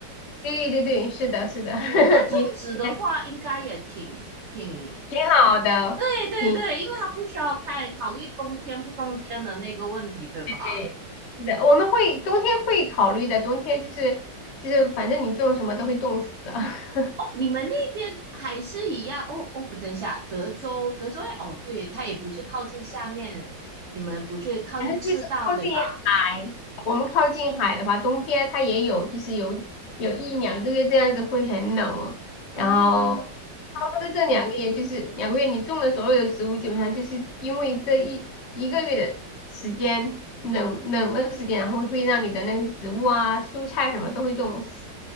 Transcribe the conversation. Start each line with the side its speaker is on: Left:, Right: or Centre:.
Left: 对对对，是的，是的，<laughs>
Right: 哦，那种植的话，
Left: 你那边
Right: 应该也挺挺，
Left: 挺好的，
Right: 对对对，
Left: 挺
Right: 因为它不需要太考虑冬天不冬天的那个问题，对吧？
Left: 对，是的，我们会冬天会考虑的，冬天就是就是反正你种什么都会冻死的。<laughs>
Right: 哦，你们那边还是一样？哦哦，不，等一下，德州，德州，哦，对，它也不是靠近下面，你们不是靠近赤道，
Left: 反正就是靠近海，
Right: 对吧？
Left: 我们靠近海的话，冬天它也有，就是有有一两个月这样子会很冷哦然后差不多这两个月，
Right: 嗯哼，
Left: 就是两个月，你种的所有的植物，基本上就是因为这一一个月的时间冷冷的时间，然后会让你的那些植物啊、蔬菜什么都会冻死。